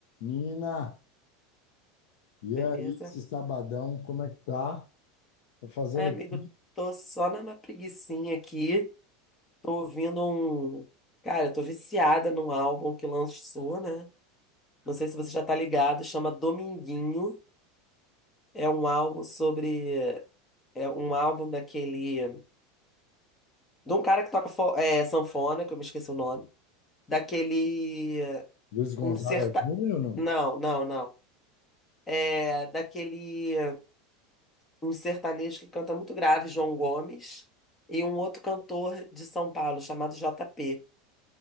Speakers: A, on the left; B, on the left.
A: Nina, e
B: Beleza?
A: aí, esse sabadão, como é que tá? Tô fazendo
B: Ai, amigo,
A: pico,
B: tô só na minha preguicinha aqui. Tô ouvindo um. Cara, eu tô viciada num álbum que lançou, né? Não sei se você já tá ligado, chama Dominguinho. É um álbum sobre. É um álbum daquele. De um cara que toca fo- é, sanfona, que eu me esqueci o nome. Daquele.
A: Luiz Gonzaga
B: Um serta.
A: Júnior, não?
B: Não, não, não. É daquele. Um sertanejo que canta muito grave, João Gomes. E um outro cantor de São Paulo, chamado JP.